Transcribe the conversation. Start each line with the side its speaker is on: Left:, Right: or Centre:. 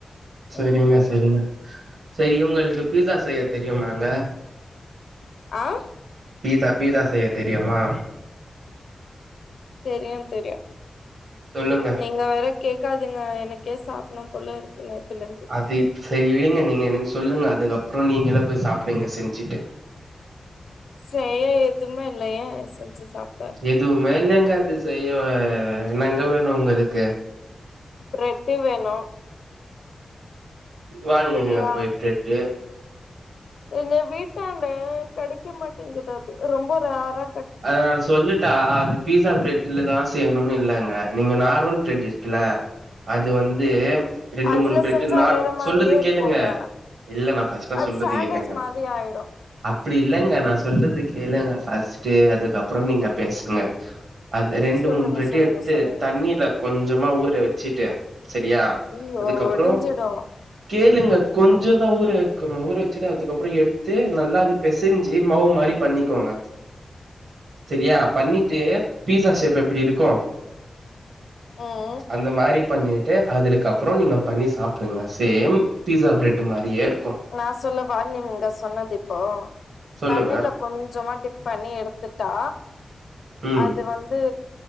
Right: செரிங்க
Left: ம்
Right: சரிங்க செரி இவுங்களுக்கு பீஸா செய்ய தெரியுமாங்க
Left: ஆ
Right: பீஸா பீஸா செய்ய தெரியுமா
Left: தெரியு தெரியு
Right: சொல்லுங்க
Left: நீங்க வேற கேக்காதுங்க எனக்கே சாப்பனு போல இருக்கு நேத்துலந்து
Right: அது இப் செரி விடுங்க நீங்க எனக்கு சொல்லுங்க அதுக்கப்புற நீங்களே போய் சாப்பிடுங்க போய் செஞ்சுட்டு
Left: செய்ய எதுமே இல்லையா செஞ்சு சாப்ட
Right: எதுமே இல்லங்க அது செய்ய என்னங்க வேணு உங்களுக்கு
Left: ப்ரெட்டு வேணு
Right: வாங்கங்க
Left: செரியா
Right: போய்ட்டுட்டு
Left: எங்க வீட்டாண்ட கெடைக்க மாட்டேங்குது அது ரொம்ப ரரா
Right: அதத சொல்லிட் டா அது பீஸா பிரெட்லதா செய்யணுனு இல்லங்க நீங்க நார்மல் பிரெட் இருக்குல அது வந்து ரெண்டு
Left: அதுல
Right: மூணு பிரெட்டு
Left: செஞ்சா
Right: நார்
Left: வேற மாரியே
Right: சொல்றத
Left: இருக்குங்க
Right: கேளுங்க இல்ல நா ஃபஸ்டா
Left: அது
Right: சொல்றத
Left: சாண்ட்விச்
Right: ஏளுங்க
Left: மாரி ஆயிடு
Right: அப்டி இல்லேங்க நா சொல்றது கேளுங்க ஃபஸ்ட்டு அதுக்கப்பறோ நீங்க பேசுங்க அது ரெண்டு
Left: சொல்லுங்க
Right: மூணு பிரெட்
Left: சொல்லுங்க
Right: எடுத்து
Left: சொல்லுங்க
Right: தண்ணில கொஞ்சமா ஊற வச்சுட்டு செரியா
Left: ஐயயோ
Right: அதுக்கப்றோ
Left: ஒடிஞ்சிடு
Right: கேளுங்க கொஞ்சோ தா ஊற வக்கணு ஊற வச்சுட்டு அதுக்கப்பறோ எடுத்து நல்லா அது பெசெஞ்சு மவு மாரி பண்ணிக்கோங்க செரியா பண்ணிட்டு பீஸா ஷேப் எப்டி இருக்கு
Left: ம்
Right: அந்த மாரிப் பண்ணிட்டு அதுலுக்கு அப்பறோ நீங்க பண்ணி சாப்டுங்க சேம் பீஸா பிரெட் மாரியே இருக்கு
Left: நா சொல்லவா நீங்க சொன்னது இப்போ
Right: சொல்லுங்க
Left: தண்ணில கொஞ்சமா டிப் பண்ணி எடுத்துட்டா
Right: ம்
Left: அது வந்து